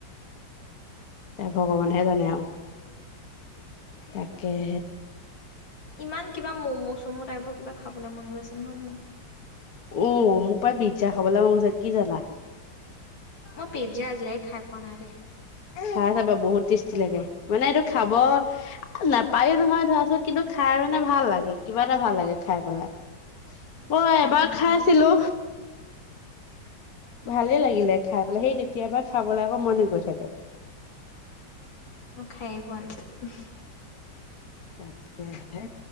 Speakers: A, on the left; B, on the left.
A: এ ভগৱানহে জানে আৰু
B: তাকে
A: তাকেহে
B: ইমান কিবা ম মৌচমু টাইপৰ কিবা খাবলৈ মন গৈছে নহয় মো
A: আহ মোৰ প্ৰায় পিজ্জা খাবলৈ মন গৈছে কি জানা
B: মই পিজ্জা আজিলে খাই পোৱা নাই দে
A: খাই চাবা বহুত টেষ্টি লাগে মানে এইটো খাব নাপায়ো নহয় ধৰাচোন কিন্তু খাই মানে ভাল লাগে কিবা এটা ভাল লাগে খাই পেলাই
B: মই
A: অঁ
B: খাই
A: এবাৰ
B: পোৱা নাই
A: খাইছিলো
B: পিজ্জা।
A: ভালে লাগিলে খাই পেলাই সেই তেতিয়া কেতিয়াবা খাবলৈ আকৌ মনে গৈ থাকে
B: মই খায়েই পোৱা নাই
A: তাকেহে